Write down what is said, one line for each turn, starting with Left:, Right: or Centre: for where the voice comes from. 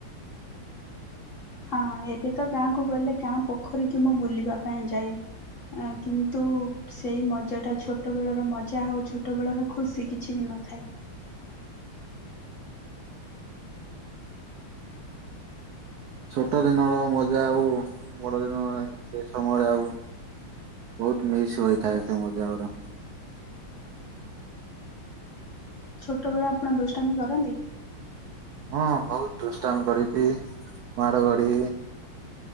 Left: ହଁ ଏବେ ତ ଗାଁକୁ ଗଲେ ଗାଁ ପୋଖରୀ କି ମୁଁ ବୁଲିବା ପାଇଁ ଯାଏ। ଆ କିନ୍ତୁ ସେଇ ମଜାଟା ଛୋଟବେଳର ମଜା ଆଉ ଛୋଟବେଳର ଖୁସି କିଛି ବି ନଥାଏ
Right: ଛୋଟ ଦିନର ମଜା ଆଉ ବଡ ଦିନ ସେ ସମୟରେ ଆଉ ବହୁତ ମିସ୍ ହୋଇଥାଏ ସେ ମଜା ଗୁଡା।
Left: ଛୋଟବେଳେ ଆପଣ ଦୁଷ୍ଟାମି କରନ୍ତି?
Right: ହଁ ବହୁତ ଦୁଷ୍ଟାମ କରିଛି ମାଡ ଗାଡି